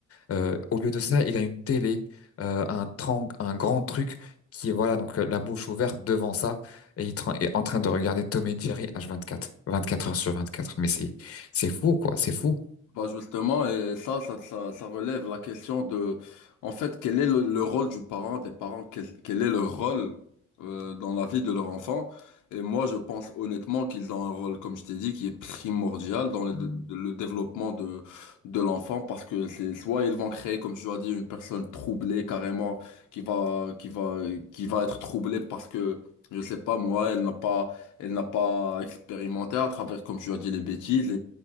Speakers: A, on the left; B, on the left.
A: Euh, au lieu de ça, il a une télé, euh, un trang- un grand truc qui est voilà donc euh, la bouche ouverte devant ça et il tra- est en train de regarder Tom et Jerry H24, 24 heures sur 24. Mais c'est c'est fou quoi, c'est fou.
B: Bah justement, et ça, ça, ça, ça relève la question de, en fait, quel est le, le rôle du parent, des parents, quel, quel est leur rôle euh, dans la vie de leur enfant. Et moi, je pense honnêtement qu'ils ont un rôle, comme je t'ai dit, qui est primordial dans le, de- le développement de, de l'enfant, parce que c'est soit ils vont créer, comme tu as dit, une personne troublée carrément, qui va, qui va, qui va être troublée parce que, je sais pas, moi, elle n'a pas, elle n'a pas expérimenté à travers, comme tu as dit, les bêtises